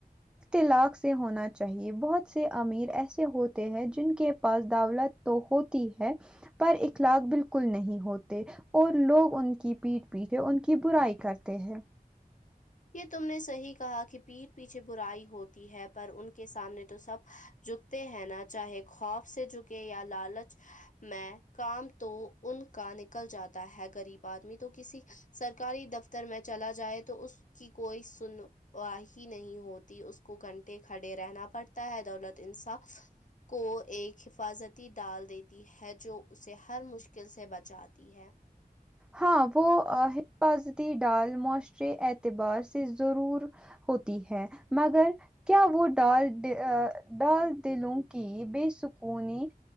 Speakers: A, in the centre; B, on the left.
A: اطلاق سے ہونا چاہیے بہت سے امیر ایسے ہوتے ہیں جن کے پاس دولت تو ہوتی ہے پر اخلاق بالکل نہیں ہوتے اور لوگ ان کی پیٹ پیچھے ان کی برائی کرتے ہیں
B: یہ تم نے صحیح کہا کہ پیٹھ پیچھے برائی ہوتی ہے پر ان کے سامنے تو سب جھکتے ہیں نا چاہے خوف سے جھکے یا لالچ میں کام تو ان کا نکل جاتا ہے غریب ادمی تو کسی سرکاری دفتر میں چلا جائے تو اس کی کوئی سن و ہی نہیں ہوتی اس کو گھنٹے کھڑے رہنا پڑتا ہے دولت انصاف کو ایک حفاظتی ڈال دیتی ہے جو اسے ہر مشکل سے بچات تی ہے
A: ہاں وہ حفاظتی ڈال معاشرے اعتبار سے ضرور ہوتی ہے مگر کیا وہ ڈال ڈال دلوں کی بے سکونی